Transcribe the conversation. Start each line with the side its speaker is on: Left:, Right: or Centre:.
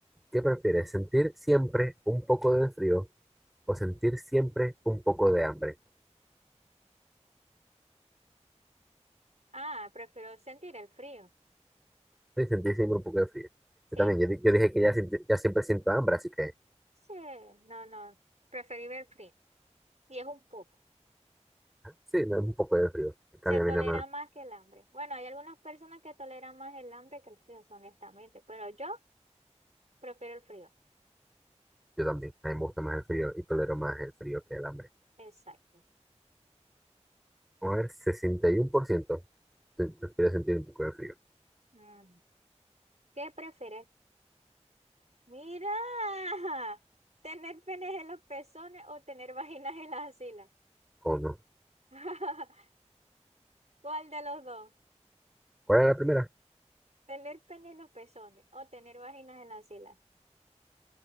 Centre: ¿Qué prefieres, sentir siempre un poco de frío o sentir siempre un poco de hambre?
Right: Ah, prefiero sentir el frío.
Centre: Sí, sentir siempre un poco de frío.
Right: Sí,
Centre: Yo también, yo, di- yo dije que ya, siente- ya siempre siento hambre, así que
Right: sí, no, no, preferible el frío. Y es un poco.
Centre: sí, no, es un poco de frío. En
Right: Se
Centre: cambio,
Right: tolera
Centre: a mí nada más,
Right: más que el hambre. Bueno, hay algunas personas que toleran más el hambre que el frío, honestamente, pero yo prefiero el frío.
Centre: yo también, a mí me gusta más el frío y tolero más el frío que el hambre.
Right: Exacto.
Centre: Vamos a ver, 61% pre- prefiere sentir un poco de frío.
Right: Mm. ¿Qué prefieres? Mira, <laughs> tener penes en los pezones o tener vaginas en las axilas.
Centre: ¿O no?
Right: <laughs> ¿Cuál de los dos?
Centre: ¿Cuál era la primera?
Right: Tener pene en los pezones o tener vaginas en las axilas.